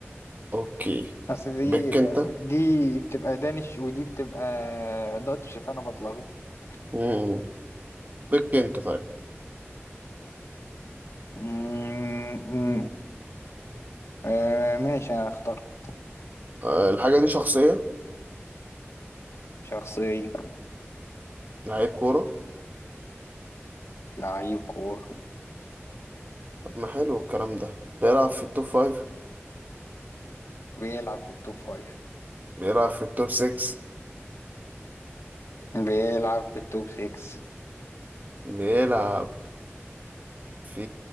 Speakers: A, on the right; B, on the left.
A: اوكي
B: اصل دي
A: بك انت
B: دي بتبقى دانش ودي بتبقى داتش فانا بتلخبط
A: مم. بك انت طيب
B: أمم، أمم. آه ماشي انا اخترت
A: آه، الحاجة دي شخصية
B: شخصية
A: لعيب كورة
B: لعيب كورة
A: طب ما حلو الكلام ده بيلعب في التوب فايف
B: بيلعب في التوب فايف
A: بيلعب في التوب سكس
B: بيلعب في التوب سيكس
A: بيلعب في